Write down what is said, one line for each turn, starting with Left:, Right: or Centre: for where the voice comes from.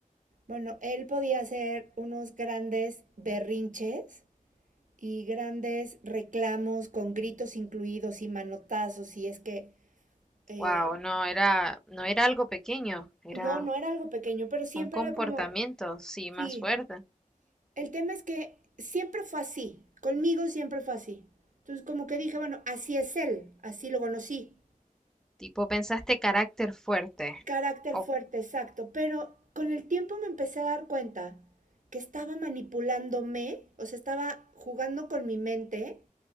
Right: Bueno, él podía hacer unos grandes berrinches y grandes reclamos con gritos incluidos y manotazos, y es que, eh,
Centre: Wow, no era, no era algo pequeño, era
Right: no, no era algo pequeño, pero siempre
Centre: un comportamiento,
Right: era como,
Centre: sí, más
Right: sí.
Centre: fuerte.
Right: El tema es que siempre fue así, conmigo siempre fue así. Entonces como que dije, bueno, así es él, así lo conocí.
Centre: Tipo, pensaste carácter fuerte.
Right: Carácter
Centre: O
Right: fuerte, exacto, pero con el tiempo me empecé a dar cuenta que estaba manipulándome, o sea, estaba jugando con mi mente